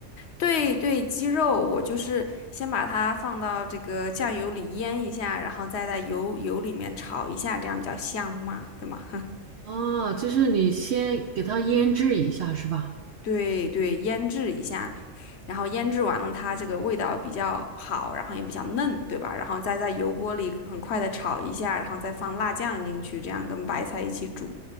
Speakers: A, on the left; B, on the right.
A: 对对，鸡肉我就是先把它放到这个酱油里腌一下，然后再在油油里面炒一下，这样比较香嘛，对吗？
B: 哦，就是你先给它腌制一下是吧？
A: 对对，腌制一下，然后腌制完了，它这个味道比较好，然后也比较嫩，对吧？然后再在油锅里很快的炒一下，然后再放辣酱进去，这样跟白菜一起煮。